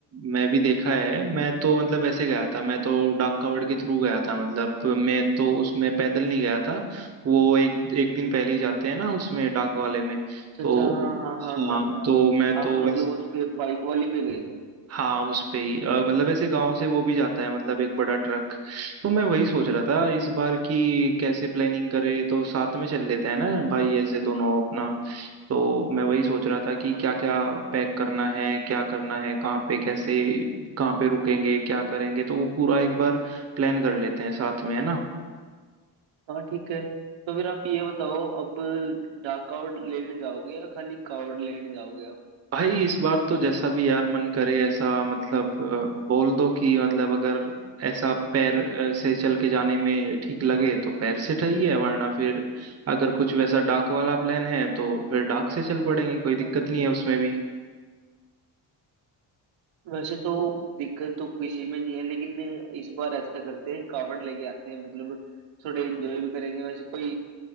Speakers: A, on the right; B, on the right.
A: मैं भी देखा है मैं तो मतलब वैसे गया था मैं तो डाक कावड़ के थ्रू गया था मतलब मैं तो उसमें पैदल नहीं गया था वो एक एक दिन पहले ही जाते हैं ना उसमें डाक वाले में
B: अच्छा
A: तो
B: अच्छा हाँ हाँ हाँ हाँ
A: हाँ
B: हाँ
A: तो मैं तो
B: आप मतलब
A: वैसे
B: उस पे बाइक वाले पे गए थे
A: हाँ उस पे ही अ, मतलब ऐसे गांव से वो भी जाता है मतलब एक बड़ा ट्रक तो मैं वही सोच रहा था इस बार की कैसे प्लानिंग करे तो साथ में चल लेते हैं ना भाई ऐसे दोनों अपना तो मैं वही सोच रहा था कि
B: हाँ
A: क्या क्या
B: हाँ
A: पैक करना है क्या करना है कहाँ पे कैसे कहाँ पे रुकेंगे क्या करेंगे तो वो पूरा एक
B: हाँ
A: बार प्लान कर लेते हैं साथ में है ना
B: हाँ, ठीक है तो फिर आप ये बताओ अब डाक कावड़ लेने जाओगे या खाली कावड़ लेने जाओगे
A: भाई इस बार तो जैसा भी यार मन करे ऐसा मतलब अ, बोल दो कि मतलब अगर ऐसा पैर अ, से चल के जाने में ठीक लगे तो पैर से ठीक है वरना फिर अगर कुछ वैसा डाक वाला प्लान है तो फिर डाक से चल पड़ेंगे कोई दिक्कत
B: आप
A: नहीं है उसमें भी
B: वैसे तो दिक्कत तो किसी में नहीं है लेकिन इस बार ऐसा करते हैं कावड़ लेके आते हैं मतलब थोड़े एंजॉय भी करेंगे वैसे कोई